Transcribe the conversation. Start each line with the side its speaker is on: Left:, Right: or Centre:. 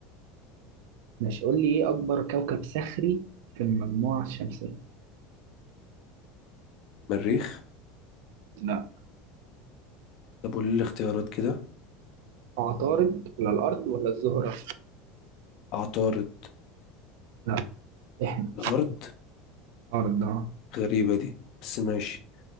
Right: ماشي قول لي ايه اكبر كوكب صخري في المجموعه الشمسيه
Left: مريخ
Right: لا
Left: طب قول لي الاختيارات كده
Right: عطارد ولا الأرض ولا الزهرة؟
Left: عطارد
Right: لا إحنا
Left: الأرض
Right: عطارد ده
Left: غريبة دي بس ماشي